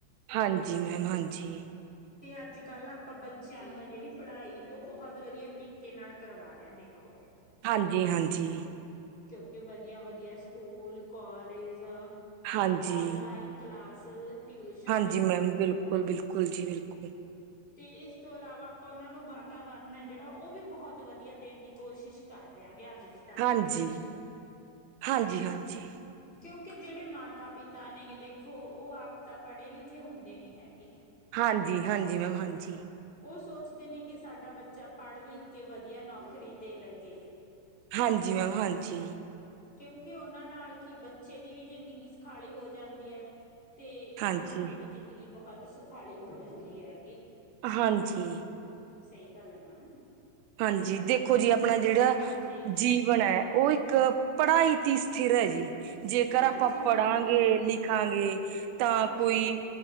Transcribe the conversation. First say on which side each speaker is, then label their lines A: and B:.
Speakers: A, on the right; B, on the left.
A: ਹਾਂਜੀ, ਮੈਮ ਹਾਂਜੀ
B: ਤੇ ਅੱਜ- ਕੱਲ ਆਪਾਂ ਬੱਚ ਬੱਚਿਆਂ ਨੂੰ ਹੈ ਜਿਹੜੀ ਪੜ੍ਹਾਈ, ਓ ਬਹੁਤ ਵਧੀਆ ਤਰੀਕੇ ਨਾਲ ਕਰਵਾ ਰਿਹਾ ਦੇਖੋ‍।
A: ਹਾਂਜੀ, ਹਾਂਜੀ।
B: ਕਿਉਂਕਿ ਵਧੀਆ-ਵਧੀਆ ਸਕੂਲ, ਕੌਲੇਜ
A: ਹਾਂਜੀ
B: ਆਨ ਲਈਨ ਕਲਾਸ ਟਿਊਸ਼ਨ
A: ਹਾਂਜੀ ਮੈਮ ਬਿਲਕੁਲ, ਬਿਲਕੁਲ ਜੀ ਬਿਲਕੁਲ।
B: ਤੇ ਇਸ ਤੋਂ ਇਲਾਵਾ ਆਪਾਂ ਉਹਨਾਂ ਨੂੰ ਵਾਤਾਵਰਨ ਹੈ ਜਿਹੜਾ, ਉਹ ਵੀ ਬਹੁਤ ਵਧੀਆ ਦੇਣ ਦੀ ਕੋਸ਼ਿਸ਼ ਕਰ ਰਹੇਹਾਗੇ ਅੱਜ ਦੇ ਟਾਈਮ
A: ਹਾਂਜੀ
B: ਦੇ ਵਿੱਚ
A: ਹਾਂਜੀ, ਹਾਂਜੀ।
B: ਕਿਉਂਕਿ, ਜੇੜੇ ਮਾਤਾ-ਪਿਤਾ ਨੇ ਦੇਖੋ, ਓ ਆਪ ਤਾਂ ਪੜ੍ਹੇ ਲਿਖੇ ਹੁੰਦੇ ਨੀ ਹੈਗੇ।
A: ਹਾਂਜੀ, ਹਾਂਜੀ ਮੈਮ ਹਾਂਜੀ।
B: ਉਹ ਸੋਚਦੇ ਨੇ ਕਿ, ਸਾਡਾ ਬੱਚਾ ਪੜ੍ਹ ਲਿਖ ਕੇ ਵਧੀਆ ਨੌਕਰੀ ਤੇ ਲੱਗੇ
A: ਹਾਂਜੀ ਮੈਮ ਹਾਂਜੀ।
B: ਕਿਉਂਕਿ ਉਹਨਾਂ ਨਾਲ ਕਿ ਬੱਚੇ ਦੀ ਵੀ ਜਿੰਦਗੀ ਸਖਾਲੀ ਹੋ ਜਾਂਦੀ ਐ। ਤੇ
A: ਹਾਂਜੀ,
B: ਉਹਨਾਂ ਦੀ ਵੀ ਜਿੰਦਗੀ ਬਹੁਤ ਸੁਖਾਲੀ ਹੋ ਜਾਂਦੀ ਐਗੀ।
A: ਹਾਂਜੀ।
B: ਸਈ ਗੱਲ ਐ ਮੈਮ।
A: ਹਾਂਜੀ, ਦੇਖੋ ਜੀ ਆਪਣਾ ਜਿਹੜਾ
B: ਹਾਂਜੀ
A: ਜੀਵਨ ਐ। ਓ ਇੱਕ ਪੜ੍ਹਾਈ ਦੀ ਸਥਿਰ ਹੈ ਜੀ। ਜੇਕਰ
B: ਹਾਂਜੀ
A: ਆਪਾਂ
B: ਹਾਂਜੀ
A: ਪੜਾਂਗੇ-ਲਿਖਾਂਗੇ ਤਾਂ
B: ਹਾਂਜੀ
A: ਕੋਈ